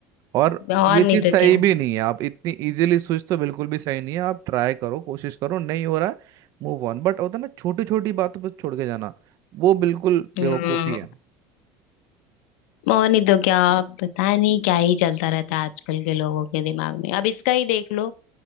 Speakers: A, on the right; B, on the left.
A: और
B: और
A: ये
B: नहीं
A: चीज
B: तो
A: सही
B: क्या
A: भी नहीं है आप इतनी इजीली स्विच तो बिल्कुल भी सही नहीं है आप ट्राई करो कोशिश करो नहीं हो रहा है मूव ऑन बट होता है ना छोटी छोटी बातों पर छोड़ के जाना वो बिल्कुल बेवकूफी
B: हम्म
A: है
B: और नहीं तो क्या पता नहीं क्या ही चलता रहता है आजकल के लोगों के दिमाग में अब इसका ही देख लो